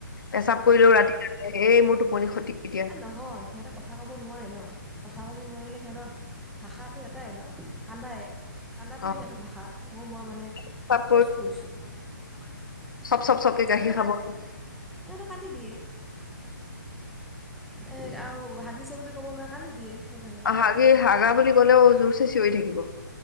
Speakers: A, on the left (about 70°); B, in the centre.
A: পেচাব কৰিলেও ৰাতি কান্দে, এই মোৰ টোপনি খতি এতিয়া
B: এ নহয়, সিহঁতে কথা ক'ব নোৱাৰে ন। কথা ক'ব নোৱাৰিলে সিহঁতৰ, ভাষাটো এটাই ন কান্দাই। কান্দাটোৱে
A: অ
B: সিহঁতৰ ভাষা, অ মই মানে
A: পেচাব
B: শৌচ কৰিছোঁ।
A: চব চব চবকে গাখীৰ
B: সেইকাৰণে
A: খাব।
B: কান সেইকাৰণে কান্দি দিয়ে এ আৰু হাগিছে বুলি ক'ব নোৱাৰে কান্দি দিয়ে সেইকাৰণে
A: হাগি হাগা বুলি কলেও জোৰ চে কৈ থাকিব।